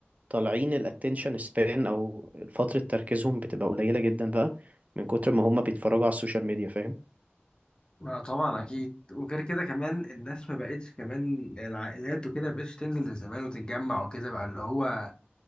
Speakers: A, on the right; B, on the left.
A: طالعين الاتنشن سبان أو فترة تركيزهم بتبقى قليلة جدا بقى من كتر ما هما بيتفرجوا على السوشيال ميديا فاهم
B: ما طبعا أكيد وغير كده كمان الناس ما بقتش كمان العائلات وكده ما بقتش تنزل زي زمان وتتجمع وكده بقى اللي هو